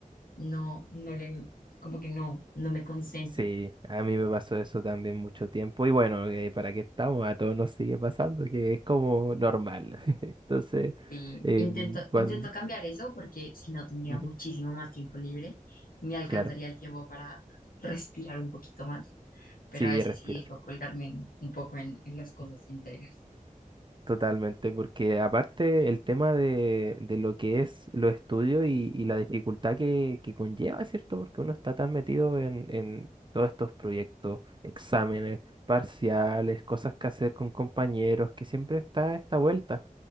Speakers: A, on the left (about 85°); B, on the right (about 35°).
A: no, no le, como que no, no me concentro.
B: Sí, a mí me pasó eso también mucho tiempo y bueno, eh, ¿para qué estamos? A todos nos sigue pasando, que es como normal. <laughs> Entonces,
A: Sí,
B: eh,
A: intento,
B: cuando...
A: intento cambiar eso porque si no tendría
B: Ujú,
A: muchísimo más tiempo libre y me alcanzaría
B: Claro,
A: el tiempo para respirar un poquito más, pero
B: sí,
A: a veces
B: respirar.
A: sí dejo colgarme en- un poco en, en las cosas entregas.
B: Totalmente, porque aparte el tema de, de lo que es los estudios y, y la dificultad que, que conlleva, ¿cierto? Porque uno está tan metido en, en todos estos proyectos, exámenes, parciales, cosas que hacer con compañeros, que siempre está esta vuelta,